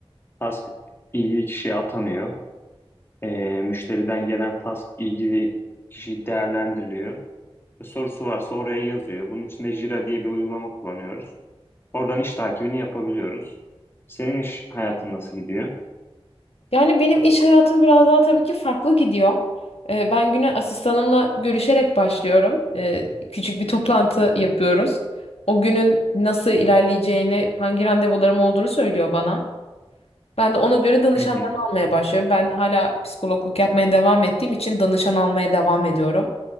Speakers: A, on the left; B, on the left.
A: Task ilgili kişiye atanıyor. E, müşteriden gelen task ilgili kişi değerlendiriliyor. Ve sorusu varsa oraya yazıyor. Bunun için de Jira diye bir uygulama kullanıyoruz. Oradan iş takibini yapabiliyoruz. Senin iş hayatın nasıl gidiyor?
B: Yani benim iş hayatım biraz daha tabii ki farklı gidiyor. E, ben güne asistanımla görüşerek başlıyorum. E, küçük bir toplantı yapıyoruz. O günün nasıl ilerleyeceğini, hangi randevularım olduğunu söylüyor bana. Ben de ona göre danışanlarımı
A: Hı hı,
B: almaya başlıyorum. Ben hala psikologluk yapmaya devam ettiğim için danışan almaya devam ediyorum.